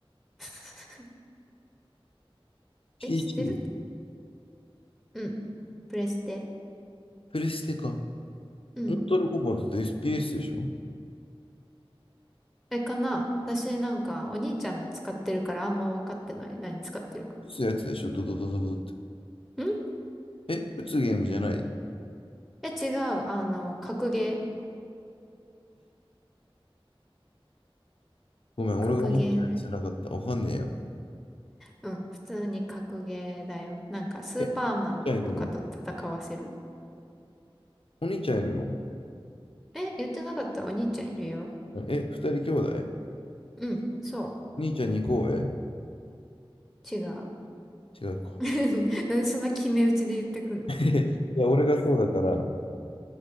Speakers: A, in the centre; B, on the left.
A: <laughs>
B: ?PC?
A: え、知ってるうん。プレステ。
B: プレステか。
A: うん。
B: モータルコンバットって SPS でしょ
A: え、かな私なんか、お兄ちゃんの使ってるからあんま分かってない。何使ってるか。
B: 打つやつでしょドドドドドって。
A: ん
B: え、打つゲームじゃない
A: え、違う。あの、格ゲー。
B: ごめん、
A: 格ゲーだよ。
B: 俺が思ってるやつじゃなかった。わかんねえよ。
A: うん。普通に格ゲーだよ。なんか、スーパーマンとかと戦わせる。
B: え、兄ちゃんいるのお兄ちゃんいるの
A: え、言ってなかったお兄ちゃんいるよ。
B: え、二人兄弟
A: うん。そ
B: 兄ちゃん二個上
A: う。違う。
B: 違うか。
A: <laughs> なんでそんな決め打ちで言ってくんの
B: <laughs> いや、俺がそうだから、